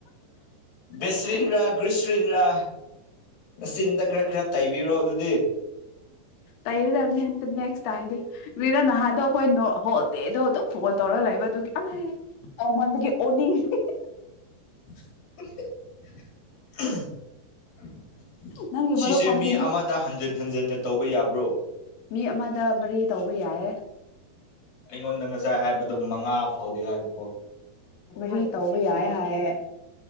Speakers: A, on the left; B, on the left.
A: ꯕꯦꯁꯔꯤꯟ ꯔꯥ ꯒ꯭ꯔꯤꯁꯔꯤꯟ ꯔꯥ ꯅꯆꯤꯟꯗ ꯈꯔ ꯈꯔ ꯇꯩꯕꯤꯔꯣ ꯑꯗꯨꯗꯤ
B: ꯇꯩꯔꯗꯕꯅꯤ ꯅꯦꯛꯁ ꯇꯥꯏꯗꯤ ꯔ ꯅꯍꯥꯟꯗꯣ ꯑꯩꯈꯣꯏ ꯅ ꯍꯣꯜꯗꯦꯗꯣ ꯐꯣꯟ ꯇꯧꯔ ꯂꯩꯕ ꯑꯗꯨꯒꯤꯃꯟꯗꯨꯒꯤ ꯑꯣꯅꯤꯡꯉꯤ
A: <unintelligible>
B: ꯅꯪꯒꯤ
A: ꯁꯤꯁꯦ
B: ꯃꯔꯨꯞ ꯄꯝꯀꯤꯟꯗꯤ
A: ꯃꯤ ꯑꯃꯗ ꯍꯟꯖꯤꯟ ꯍꯟꯖꯤꯟꯅ ꯇꯧꯕ ꯌꯥꯕ꯭ꯔꯣ
B: ꯃꯤ ꯑꯃꯗ ꯃꯔꯤ ꯇꯧꯕ ꯌꯥꯏꯦ
A: ꯑꯩꯉꯣꯟꯗ ꯉꯁꯥꯏ ꯍꯥꯏꯕꯗꯣ ꯃꯉꯥ ꯐꯥꯎꯗꯤ ꯍꯥꯏꯕꯀꯣ
B: ꯔꯤ ꯇꯧꯕ ꯌꯥꯏ ꯍꯥꯏꯑꯦ